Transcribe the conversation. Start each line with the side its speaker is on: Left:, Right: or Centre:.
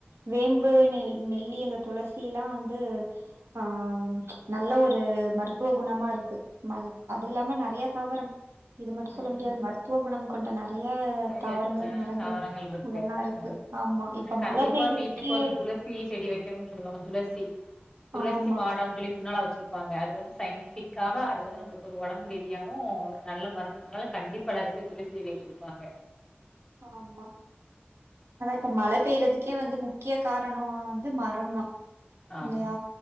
Right: வேம்பு நெய் நெல்லி இந்த துளசி எல்லா வந்து ஆ நல்ல ஒரு மருத்துவ குணமா இருக்கு மல் அதில்லாம நெறைய தாவரம் இது மட்டு சொல்ல
Left: ம்.
Right: முடியாது மருத்துவ குணம் கொண்டனர் நெறைய
Left: நெறைய
Right: தாவரங்கள்
Left: அ
Right: மரங்கள்
Left: தாவரங்கள் இருக்கு
Right: அதெல்லா
Left: ம்
Right: இருக்கு ஆமா
Left: அது
Right: இப்ப
Left: கண்டிப்பா
Right: மழ பெய்றதுக்கே
Left: வீட்டுக் ஒரு துளசி செடி வெக்கணுன் சொல்லுவாங்க துளசி துளசி
Right: ஆமா
Left: மாடம் சொல்லி முன்னால வெ ச்சிருப்பாங்க அது வந்து சயின்டிபிக்காவ அது வந்து நம்முளுக்கு ஒரு ஒடம்பு ரீதியாவு ஒரு நல்ல மருந்துங்கறனால கண்டிப்பா எல்லாரு வீட்லயு துளசி செடி வச்சிருப்பாங்க
Right: ஆமா அதா இப்ப மழ பெய்றதுக்கே வந்து முக்கிய காரணோ வந்து மரோ தா
Left: ஆமா
Right: இல்லையா